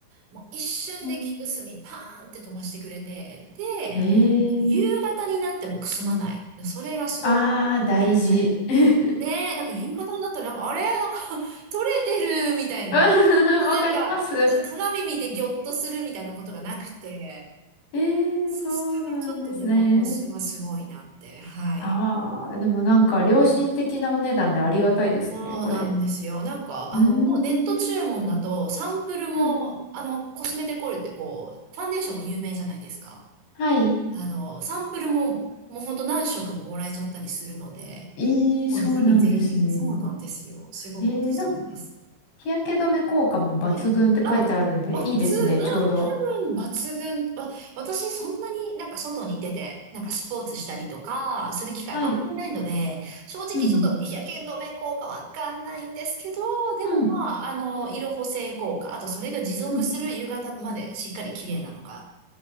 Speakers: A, on the right; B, on the left.
A: もう一瞬で木くすみパーンって飛ばしてくれて、
B: うん、
A: で、
B: へえ。
A: 夕方になってもくすまない。それがすごく
B: ああ、大事。
A: ありがたく。
B: <laughs>
A: ねえ、なんか夕方になったらなんか、あれなんか <laughs> 取れてるみたいな。
B: う
A: なんか、
B: わかります。
A: ちょっと鏡見てギョッとするみたいなことがなくて、
B: ええ、
A: さすがちょっとデパコスはすごいなって。
B: そうなんですね。
A: はい。
B: ああ、でもなんか良心的なお値段でありがたいですね、
A: そうなんですよ。
B: これ。
A: なんか、
B: うーん。
A: あの、もうネット注文だと、サンプルも、
B: うん。
A: あの、コスメデコルってこう、ファンデーションも有名じゃないですか。
B: はい。
A: あの、サンプルも、もうほんと何色ももらえちゃったりするので、
B: ええ、
A: もうぜひぜひ、
B: そうなんですね。
A: そうなんですよ。すごくおすすめです。
B: ええ、なんか日焼け止め効果も抜群って書いてあるんで、
A: はい。あ、抜群、
B: いいですね、
A: う
B: ちょうど。
A: ん、多分抜群。わ私そんなになんか外に出て、なんかスポーツしたりとか、する機会あんまりないので、
B: はい。
A: 正直ちょっと日焼け止め効果わかんないんですけど、
B: うんうん。
A: でもまあ、
B: うん。
A: あの、色補正効果、あとそれが持続する夕方までしっかり綺麗なのが
B: うん。